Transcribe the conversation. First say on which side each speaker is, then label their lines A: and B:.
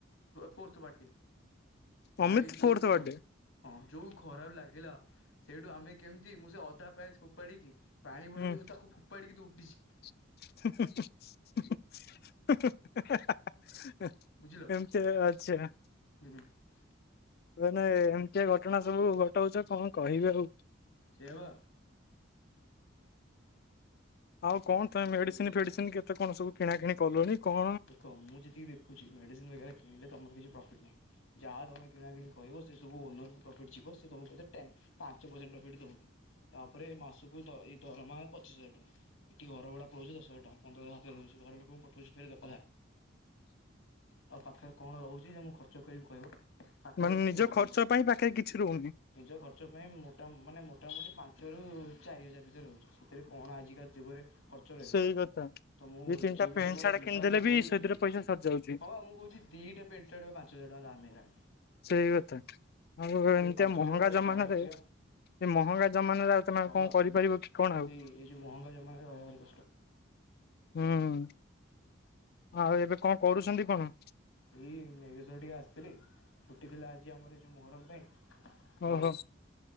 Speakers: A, on the left (about 90°); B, on the left (about 50°).
A: fourth birthday. <unintelligible>
B: Amit fourth birthday
A: ଖରାପ ଲାଗିଲା। ସେଇଠୁ ଆମେ କେମିତି? ମୁଁ ସେ ଅଧା ପାଏସ ଫୋପାଡିକି। ପାଣି ବୋତଲ
B: ହୁଁ
A: ବି ତାକୁ ଫୋପାଡିକି ଦୋଉଡିିଛି।
B: <unintelligible>
A: ବୁଝିଲ
B: ଏମିତି ଆଛା।
A: <inaudible>
B: ମାନେ ଏମିତିଆ ଘଟଣା ସବୁ ଘଟାଉଛ। କଣ କହିବି ଆଉ।
A: ସେଇଆବ
B: ଆଉ କଣ? ତମେ ମେଡିସିନ, ଫେଡିସିନ କେତେ କଣ? ସବୁ କିଣା କିିଣି କଲଣି? କଣ
A: ଦେଖ ମୁଁ, ଯେତିକି ଦେଖୁଛି। ମେଡିସିନ କିଣିଲେ ତମର କିଛି ପ୍ରଫିଟ ନାହିଁ। ଯାହା ତମେ କିଣା କିଣି କରିବ। ସେ ସବୁ ଓନରକୁୁ ପ୍ରଫିଟ୍ ଯିବ। ସେ ତମକୁ କେତେ ଟେନ୍। ପାଞ୍ଚ ପରସେଣ୍ଟ ପ୍ରଫିଟ୍ ଦଉନି। ତାପରେ, ମାସକୁ ଏଇ ଦରମା ପଚିଶ ହଜାର ଟଙ୍କା। ଏଠି ଘରଭଡ଼ା ପଳଉଛି ଦଶ ହଜାର ଟଙ୍କା। ପନ୍ଦର ହଜାର ହାତ ରହୁଛି। ଘର ଲୋକଙ୍କୁ ପଠଉଛି। ଆଉ ପାଖରେ କଣ ରହୁଛି? ଯାହା ମୁଁ ଖର୍ଚ୍ଚ କରିକି କହିବ। ପାଖରେ
B: ମାନେ
A: କିଛି
B: ନିଜ
A: ରହୁନି
B: ଖର୍ଚ୍ଚ
A: ଆଉ।
B: ପାଇଁ ପାଖରେ କିଛି ରହୁନି।
A: ନିଜ ଖର୍ଚ୍ଚ ପାଇଁ, ମୋଟା ମାନେ ମୋଟାମୋଟି ପାଞ୍ଚ ରୁ। ଚାରି ହଜାର ଭିତରେ ରହୁଛି। ସେଥିରେ କଣ ଆଜିକାଲି ଯୁଗରେ। ଖର୍ଚ୍ଚ ରହିବ।
B: ସେଇ କଥା
A: ତ, ମୁଁ
B: ଦି ତିନିଟା
A: ଯିଏ ବି
B: ପେଣ୍ଟ
A: ତମର।
B: ସାର୍ଟ କିଣିଦେଲେ
A: କରୁଛି।
B: ବି ସେଥିରେ ପଇସା ସରିଯାଉଛି
A: ହଁ, ବା ମୁଁ, କହୁଛି ଦିଟା ପ୍ୟାଣ୍ଟ, ସାର୍ଟ ବା ପାଞ୍ଚ ହଜାର ଟଙ୍କା ହେଲାଣି।
B: ସେଇ କଥା। ଆଉ ଏତେ
A: ପାଞ୍ଚ
B: ମହଙ୍ଗା
A: ହଜାର ଟଙ୍କାରେ
B: ଜମାନାରେ।
A: ଖାଇବା ପିଇବା
B: ଏ ମହଙ୍ଗା ଜମାନ ରେ ଆଉ ତମେ
A: ହଁ
B: କଣ
A: ବା
B: କରିପାରିବ କି? କଣ
A: ସେଇ
B: ଆଉ?
A: <unintelligible>
B: <inaudible> ଆଉ ଏବେକଣ କରୁଛନ୍ତି କଣ
A: ଏଇ ମେଘେଶ୍ଵର ଟିକେ ଆସିଥିଲି ଛୁଟିଥିଲା ଆଜି ଆମର ଏଇ ଯୋଉ ମହରମ ପାଇଁ ତ
B: ଓହୋ